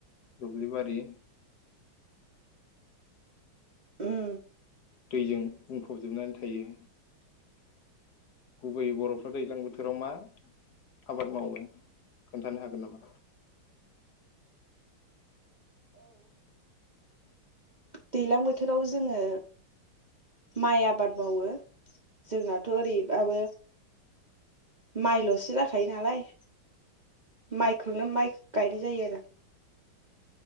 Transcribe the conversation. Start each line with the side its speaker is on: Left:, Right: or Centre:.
Left: दुब्लिबारि।
Right: उम
Left: दैजों बुंफबजोबनानै थायो। गुबैयै बरफ्रा दैज्लां बोथोराव मा आबाद मावो खोन्थानो हागोन नामा?
Right: दैलां बोथोराव जोङो माइ आबाद मावो जोंनाथ ओरैबाबो माइलसो जाखायो नालाय माइखौनो माइ गायनाय जायो आरो।